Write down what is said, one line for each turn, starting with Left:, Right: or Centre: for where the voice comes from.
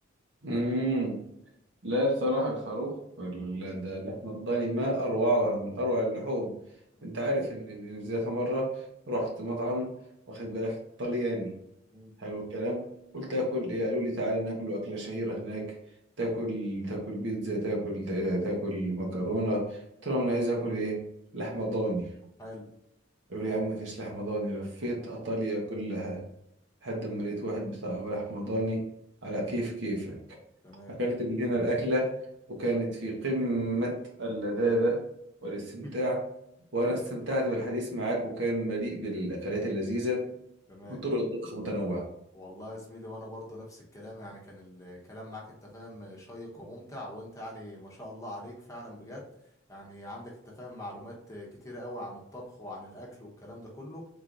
Right: مم. لا بصراحة الخروف ال- ده اللحمة الضاني ما أروعها من أروع اللحوم
Left: مم.
Right: أنت عارف إن إن- إن ذات مرة رحت مطعم واخد بالك طلياني
Left: مم.
Right: حلو الكلام قلت آكل إيه قالوا لي تعالى ناكل أكلة شهيرة هناك تاكل تاكل بيتزا تاكل تاكل مكرونة قلت لهم أنا عايز آكل إيه لحمة
Left: مم.
Right: ضاني
Left: حلو
Right: قالوا لي يا عم مفيش لحمة ضاني لفيت إيطاليا كلها لحد ما لقيت واحد بتاع رحمضاني على كيف كيفك
Left: تمام
Right: أكلت من هنا الأكلة وكانت في قمة اللذاذة والاستمتاع
Left: <laughs>
Right: وأنا استمتعت بالحديث معك وكان مليء بالأكلات اللذيذة
Left: تمام
Right: وطرق الطبخ متنوعة
Left: والله يا زميلي وانا برضو نفس الكلام يعني كان الكلام معاك انت فاهم شيق وممتع وانت يعني ما شاء الله عليك فعلا بجد يعني عندك انت فاهم معلومات كتيرة قوي عن الطبخ وعن الاكل والكلام ده كله